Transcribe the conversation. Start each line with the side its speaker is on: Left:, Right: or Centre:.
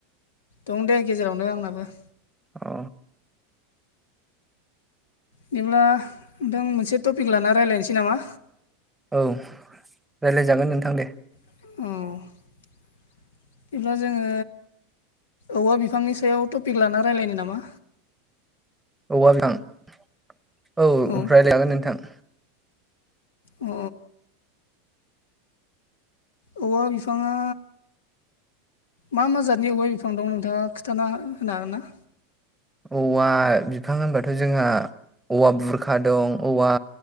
Left: दं दे गेजेरावनो आंनाबो
Centre: ओ
Left: बिदिब्ला जों मोनसे टपिक लाना रायलायनोसै नामा?
Centre: औ रायलायजागोन नोंथां दे
Left: औ बिदिब्ला जोङो औवा बिफांनि सायाव थ'पिक लाना रायलायनो नामा
Centre: औवा बिफां औ रायलायनो
Left: औ
Centre: हागोन नोंथां
Left: अ औवा बिफांआ मा माजादनि औवा बिफां दं नोंथांआ खिथाना होनो हागोन ना
Centre: औवा बिफां होनबाथ' जोंहा औवा बुरखा दं औवा